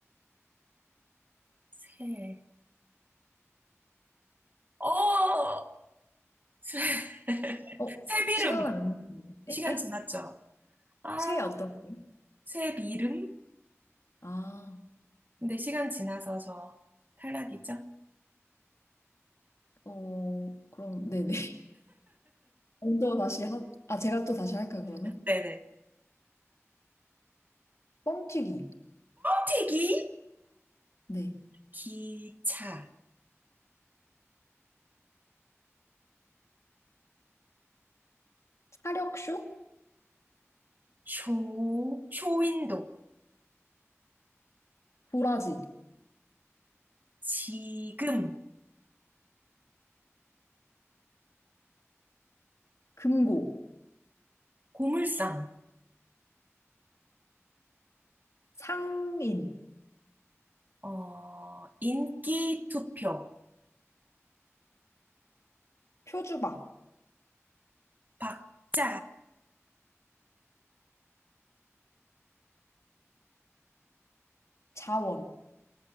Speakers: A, on the right; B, on the left.
A: 새, 어, 새, <laughs>
B: 어,
A: 새비름.
B: 시간은 안 했는데.
A: 시간
B: 에? 에?
A: 지났죠? 아.
B: 쇠 어떤 게?
A: 새 이름?
B: 아,
A: 근데 시간 지나서 저 탈락이죠?
B: 어, 그럼, 네네. <laughs> 먼저 다시 하, 아, 제가 또 다시 할까요, 그러면?
A: 네네.
B: 뻥튀기,
A: 튀기,
B: 네.
A: 기차,
B: 사력쇼,
A: 쇼, 쇼윈도,
B: 도라지,
A: 지금,
B: 금고.
A: 고물상,
B: 상인,
A: 어, 인기 투표,
B: 표주박,
A: 박자,
B: 자원,